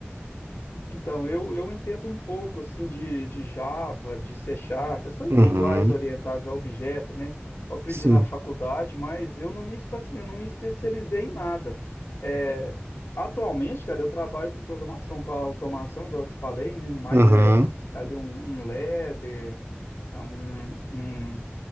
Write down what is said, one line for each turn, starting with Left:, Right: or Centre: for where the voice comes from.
Left: Então, eu, eu entendo um pouco assim de, de Java, de C Sharp, essas
Right: Uhum,
Left: linguagens orientadas a objeto, né? Eu aprendi
Right: sim.
Left: na faculdade, mas eu não me, especi- eu não me especializei em nada. É, atualmente, cara, eu trabalho com programação para automação, igual eu te falei, né? Mas
Right: Uhum,
Left: é ali um, um ladder, é um, um